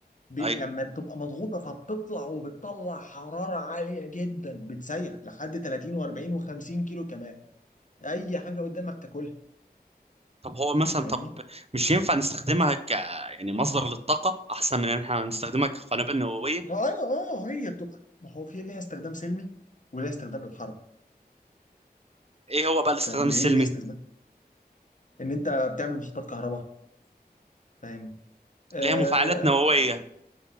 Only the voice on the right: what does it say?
ايوه
طب هو مثلا
طب مش ينفع نستخدمها ك يعني مصدر للطاقة أحسن من إن إحنا نستخدمها كقنابل نووية
إيه هو بقى الاستخدام
السلمي
اللي هي مفاعلات نووية